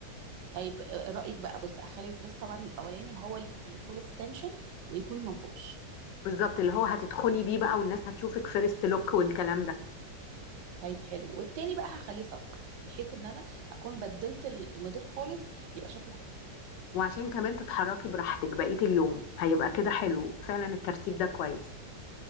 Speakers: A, on the right; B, on the left.
A: طيب آه، رأيك بقى بص اخلي الدريس طبعا الاولاني هو اللي فول اكستنشن ويكون منفوش
B: بالظبط اللي هو هتدخلي بيه بقى والناس هتشوفك فيرست لوك والكلام ده
A: طيب حلو والتاني بقى هخليه صك بحيث ان انا اكون بدلت ال- الموديل خالص يبقى شكله حلو
B: وعشان كمان تتحركي براحتك بقية اليوم هيبقى كده حلو فعلا الترتيب ده كويس